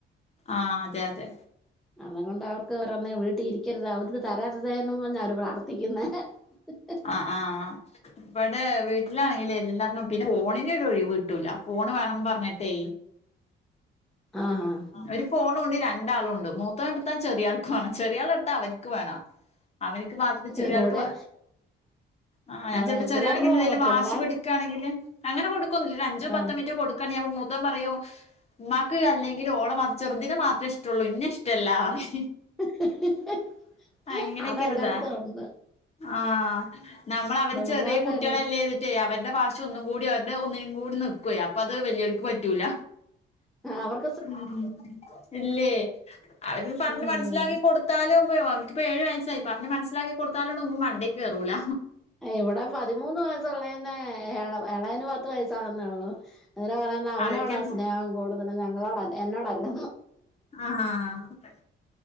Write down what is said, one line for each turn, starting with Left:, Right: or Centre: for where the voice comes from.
Left: ആഹ് അതെ അതെ
Centre: അതും കൊണ്ട് അവർക്ക് വറന്നേ വീട്ടിരിക്കും ക്കരുത് അവര്ക്ക് തരര്തേന്നും പഞാ പ്രാർത്ഥിക്കുന്നെ <inaudible>
Left: ആഹ് ആഹ് ഇവ്ടെ വീട്ടിലാണെങ്കില് എല്ലാ <unintelligible> പിന്നെ ഫോണിനൊരൊഴിവ് കിട്ടൂല ഫോണ് വേണംന്ന് പറഞ്ഞിട്ടേ
Centre: ആഹാ
Left: ഒര് ഫോണുണ്ട് രണ്ടാളുണ്ട് മൂത്തോൻ ഇട്ത്താ ചെറിയാൾക്ക് വേണം ചെറിയാൾ ഇടത്താൽ അവൻക്ക് വേണം അവനിക്ക് മാത്രം ചെറിയാൾക്ക്
Centre: ഇവിടെ
Left: മാ ആഹ് ഞാൻചെൽപ്പോ
Centre: അതെ
Left: ചെറിയാൾ
Centre: പിള്ളേരുടെ
Left: യെന്തിനേങ്കിലും
Centre: പിള്ളേർക്ക്
Left: വാശി പിടിക്കാണെങ്കില് അങ്ങനെ കൊടുക്കൊന്നുല്ല ഒരഞ്ചോ
Centre: ആ
Left: പത്തോ മിൻറ്റോ കൊടുക്കാണെങ്കി അപ്പൊ മൂത്തോൻപറയും ഉമ്മാക്ക് അല്ലെങ്കി ങ്കില് ഓളെമാ ചെറുതിനെമാത്രേ ഇഷ്ട്ടൊള്ളു ഇന്നേഷ്ട്ടല്ലാറി
Centre: ഹ് ഹ് ഹ് ഹ്
Left: അങ്ങനെയൊക്കെരിതാ
Centre: അതെല്ലായിടത്തും ഒന്ന്
Left: ആഹ് ഹാ നമ്മളവര് ചെറിയ
Centre: പിള്ളേരുടെ
Left: കുട്ടിയളല്ലേ
Centre: ഒരു
Left: വി റ്റെ അവരുടെ ഭാഷഒന്നുകൂടി അവരുടെ ഒന്നിനുംകൂടി നിൽക്കുവെയ് അപ്പൊ അത് വെല്ലിയോർക്ക് പറ്റൂല
Centre: ആ അവർ
Left: ഉം ഇല്ലേ അവനോണ് പറഞ്ഞ്
Centre: ഉം
Left: മനസ്സിലാക്കി കൊട് ത്താലുംപ്പോ ഓന്ക്കിപ്പോ ഏഴ് വയസായി പറഞ്ഞ് മനസ്സിലാക്കി കൊടുത്താലും ഒന്നും മണ്ടീകേറൂല
Centre: ഏ ഇവടെ പതിമൂന്ന് വയസ്സുളേനെ ഏ ഏളേന് പത്ത് വയസാകുന്നേള്ളു. അങ്ങനെ പറയണ അവനോടാ
Left: അവര്ക്ക്
Centre: സ്നേഹം കൂടുതലും ഞങ്ങളോടല്ല എന്നോടല്ല
Left: ആഹ് ഹ